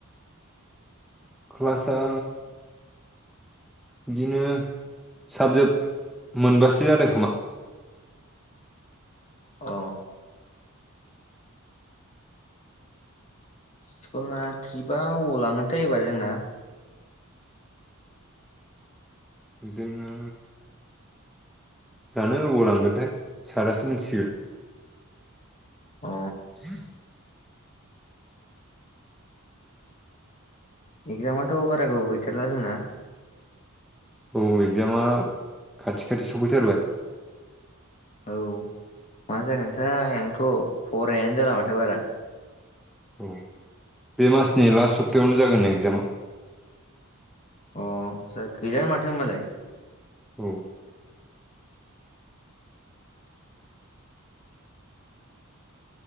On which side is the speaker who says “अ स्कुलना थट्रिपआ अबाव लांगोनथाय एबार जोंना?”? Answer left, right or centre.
Left